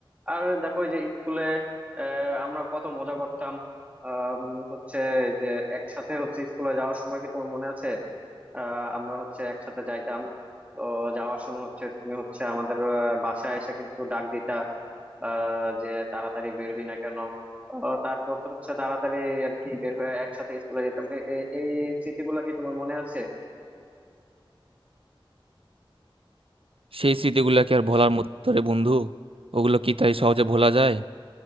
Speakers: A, on the right; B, on the right.
A: আর দেখো এই যে স্কুলে আমরা কত মজা করতাম আম, হচ্ছে যে একসাথে হচ্ছে স্কুলে যাওয়ার সময় কি তোমার মনে আছে আহ আমরা হচ্ছে একসাথে যাইতাম তো যাওয়ার সময় হচ্ছে তুমি হচ্ছে আমাদের আহ, বাসায় এসে কিন্তু ডাক দিতা আহ যে তাড়াতাড়ি বের হই না কেন ও তারপর তো হচ্ছে তাড়াতাড়ি আর কি বের হয়ে একসাথে স্কুলে যেতাম এ- এ- এই স্মৃতিগুলো কি তোমার মনে আছে
B: সেই স্মৃতিগুলো কি আর ভোলার মতো রে বন্ধু ওগুলো কি তাই সহজে ভোলা যায়